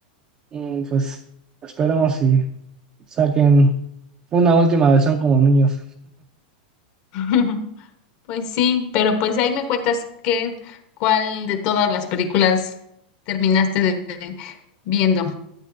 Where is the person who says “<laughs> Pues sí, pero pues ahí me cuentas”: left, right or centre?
Left